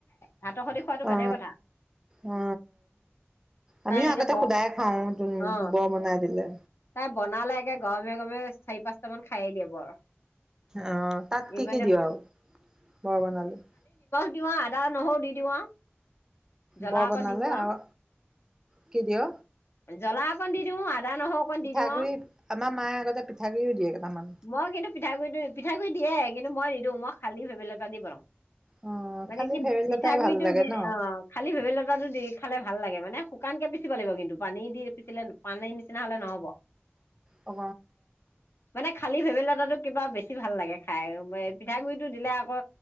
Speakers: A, on the left; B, on the right.
A: ভাতৰ সৈতে খোৱাটো বাদেই
B: অ
A: কথা
B: অ
A: তাই
B: আমিও
A: এনেকে
B: আগতে
A: বৰ
B: সোদাই খাওঁ,
A: অ
B: বৰ বনাই দিলে
A: তাই বনালে একে গৰমে গৰমে চাৰি পাঁচটা মান খায়েই দিয়ে বৰ
B: আহ তাত
A: ইমানে
B: কি কি দিও আৰু বৰ বনালে? -
A: অ আদা নহৰু দি দিওৱা জ্বলা
B: বৰ
A: অকণ
B: বনালে
A: দি দিওঁ আও।
B: আৰু কি দিয়
A: জ্বলা অকণ দি দিওঁ <unintelligible>
B: পিঠাগুৰি
A: আৰু
B: আমা মায়ে আগতে পিঠাগুড়ি দিয়ে কেইটামান
A: মই কিন্তু পিঠাগু়টো পিঠাগু়ৰি দিয়ে কিন্তু মই নিদিওঁ মই। খালি ভেবেলি লতা দি বনাও
B: অ
A: মানে
B: খালি
A: কি
B: ভেবেলিলতাই
A: পিঠাগুৰিটো
B: ভাল লাগে
A: দি
B: ন
A: অ খালী ভেৱেলি লতাটো দি খালে ভাল লাগে মানে শুকানকে পিচিব লাগিব কিন্তু পানী দি পিচিলে পানীৰ নিচিনা হলে নহব।
B: অ।
A: মানে খালী ভেৱেলি লতাটো কিবা বেছি ভাল লাগে খাই ও ৱে পিঠাগুৰিটো দিলে আকৌ